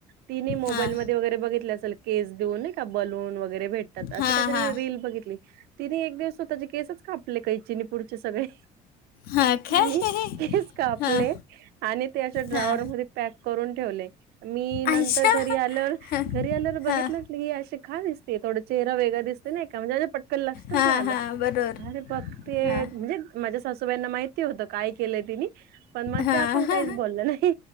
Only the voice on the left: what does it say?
हां
हां
हां
हां काय
हां
हां
आयशा
हां
हां
हां
हां बरोबर
हां
हां